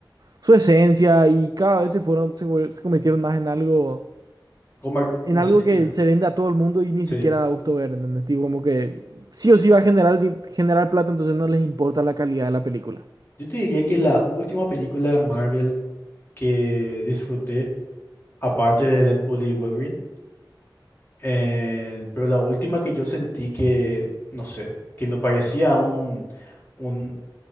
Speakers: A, on the right (about 55°); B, on the left (about 30°).
A: su esencia y cada vez se fueron, se, fue- se convirtieron más en algo.
B: Comer,
A: en
B: no
A: algo
B: sé si comer.
A: que se vende a todo el mundo y ni
B: Sí.
A: siquiera da gusto ver, ¿entendés? Tipo, como que sí o sí va a generar, di- generar plata, entonces no les importa la calidad de la película.
B: Yo te diría que la última película de Marvel que disfruté, aparte de Deadpool y Wolverine, eh, pero la última que yo sentí que, no sé, que no parecía un, un